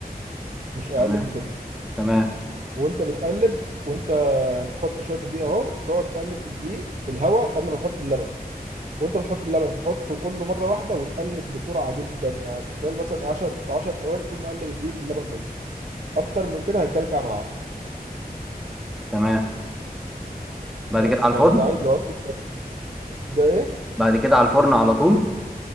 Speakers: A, on the right; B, in the centre.
A: مش اقل
B: تمام
A: من كده
B: تمام
A: وانت بتقلب وانت يعني تحط شويه الدقيق اهو وتقعد تقلب في الدقيق في الهواء قبل ما تحط اللبن وانت بتحط اللبن تحطه كله مره واحده وتقلب بسرعه جدا يعني في خلال مثلا إيه 10 10 ثواني تكون مقلب الدقيق في اللبن كله اكتر من كده هيكلكع معاك
B: تمام بعد
A: بس
B: كده على
A: بقى
B: الفرن
A: عايز لو عايز ده ايه
B: بعد كده على الفرن على طول